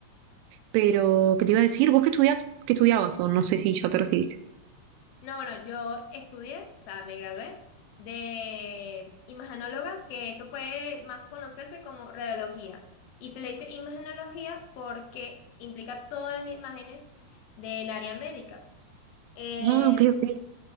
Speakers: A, on the right; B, on the left.
A: Pero, ¿qué te iba a decir? ¿Vos qué estudiás? ¿Qué estudiabas? O no sé si ya te recibiste.
B: No, bueno, yo estudié, o sea, me gradué de imagenóloga, que eso puede más conocerse como radiología. Y se le dice imagenología porque implica todas las imágenes del área médica. Em,
A: Ah, ok, ok.